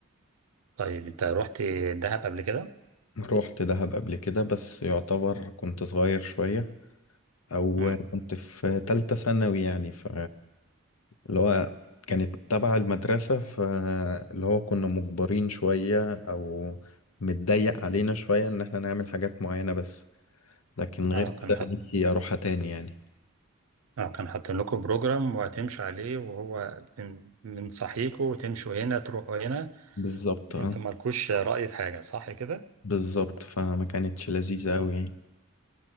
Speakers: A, on the right; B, on the left.
A: طيب انت رحت دهب قبل كده
B: رحت دهب قبل كده بس يعتبر كنت صغير شوية أو
A: امم
B: كنت في تالتة ثانوي يعني ف اللي هو كانت تبع المدرسة فاللي هو كنا مجبرين شوية أو متضيق علينا شوية إن احنا نعمل حاجات معينة بس لكن غير
A: اه
B: كده
A: كان حط
B: نفسي أروحها تاني يعني
A: اه كان حاطين لكم بروجرام وهتمشوا عليه وهو من من صحيكوا وتمشوا هنا تروحوا هنا
B: بالظبط
A: انتوا
B: اه
A: مالكوش رأي في حاجة صح كده
B: بالظبط فما كانتش لذيذة أوي يعني